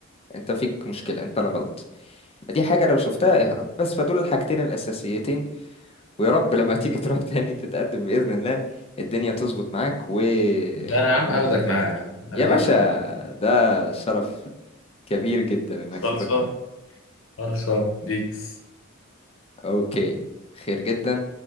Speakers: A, on the left (about 30°); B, on the left (about 70°).
A: انت فيك مشكلة انت الغلط فدي حاجة لو شفتها اهرب بس فدول الحاجتين الاساسيتين ويا رب لما تيجي <laughs> تروح تاني تتقدم باذن الله الدنيا تظبط معاك و
B: ده
A: وعيان
B: انا يا عم هاخدك
A: يعني في
B: معايا
A: الاختيار
B: يا عم انا
A: يا باشا
B: هاخدك معايا
A: ده شرف كبير جدا انك
B: خلصان
A: تاخدني معاك
B: خلصان بيس
A: اوكي خير جدا